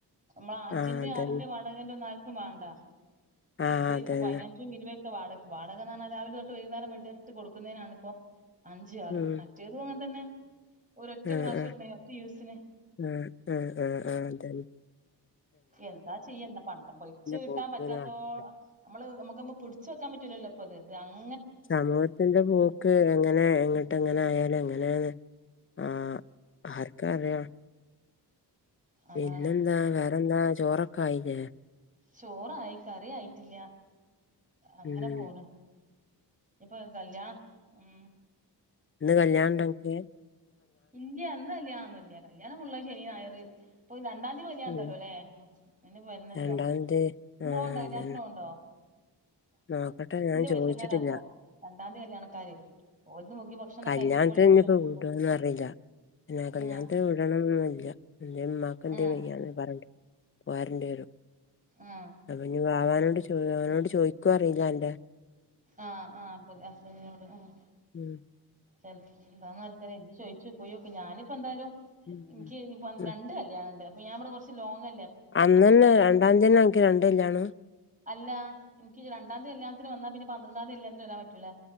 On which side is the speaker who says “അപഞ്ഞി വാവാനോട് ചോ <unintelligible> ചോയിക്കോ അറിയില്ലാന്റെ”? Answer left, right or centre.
Left